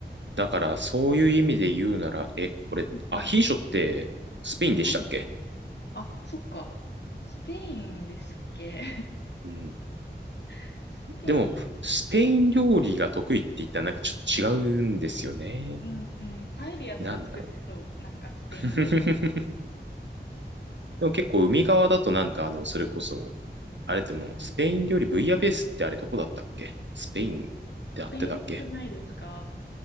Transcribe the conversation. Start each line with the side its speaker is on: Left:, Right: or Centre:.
Right: だからそういう意味で言うなら、え、これアヒーショってスペインでしたっけ
Left: うんうんイタリアン。あ、そっか。スペインですっけ
Right: うん。
Left: <laughs> スペイン、
Right: でも、スペイン料理が得意って言ったらなんかちょっと違うんですよね。
Left: うんうん。パエリアとか作ってそう。
Right: なんだろ
Left: なんかスペイン料理。
Right: う。<laughs> でも結構海側だとなんかあの、それこそ、あれでも、スペイン料理ブイヤベースってあれどこだったっけスペインであってたっけ
Left: スペインっぽくないですか